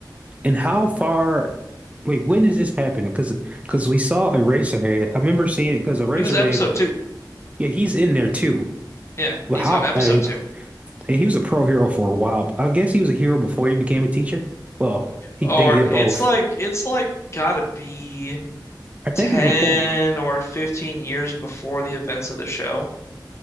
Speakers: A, on the right (about 20°); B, on the left (about 35°).
A: and how far wait, when does this happen? Because because we saw Eraserhead. I remember seeing it because Eraserhead,
B: He was episode two.
A: yeah, he's in there too.
B: Yeah,
A: But
B: he's
A: how?
B: on episode
A: uh,
B: two.
A: Hey, he was a pro hero for a while. I guess he was a hero before he became a teacher. Well, he
B: Or
A: they did
B: it's
A: both.
B: like it's like gotta be
A: I think
B: 10
A: it's before
B: or 15 years before the events of the show.